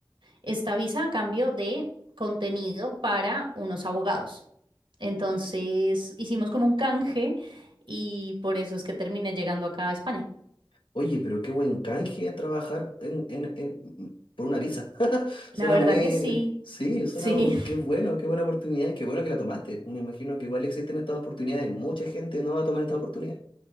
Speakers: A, on the right; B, on the left.
A: esta visa a cambio de contenido para unos abogados. Entonces hicimos como un canje y por eso es que terminé llegando acá a España.
B: Oye, pero qué buen canje trabajar en, en- en- por una visa. <laughs>
A: La
B: Suena
A: verdad
B: muy...
A: que sí,
B: Sí, suena...
A: sí,
B: Qué bueno, qué buena oportunidad y qué bueno que la tomaste. Me imagino que igual existen estas oportunidades. Mucha gente no va a tomar esta oportunidad.